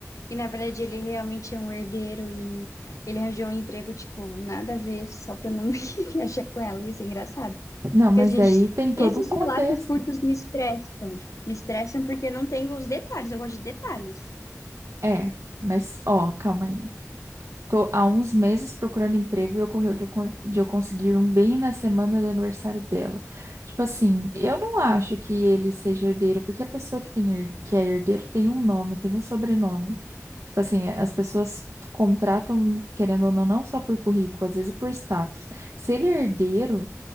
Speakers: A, on the left; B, on the right.
A: E na verdade ele realmente é um herdeiro e ele arranjou um emprego, tipo, nada a ver, só pra não <laughs> viajar com ela. E isso é engraçado.
B: Não, mas
A: Que a gente.
B: daí tem todo
A: Esses
B: um contexto.
A: relatos curtos me estressam. Me estressam porque não tem os detalhes, eu gosto de detalhes.
B: É, mas ó, calma aí. Tô há uns meses procurando emprego e ocorreu de eu, con- de eu conseguir um bem na semana do aniversário dela. Tipo assim, eu não acho que ele seja herdeiro, porque a pessoa que tem, her- que é herdeiro tem um nome, tem um sobrenome. Tipo assim, as pessoas contratam, querendo ou não, não só por currículo, às vezes por status. Se ele é herdeiro,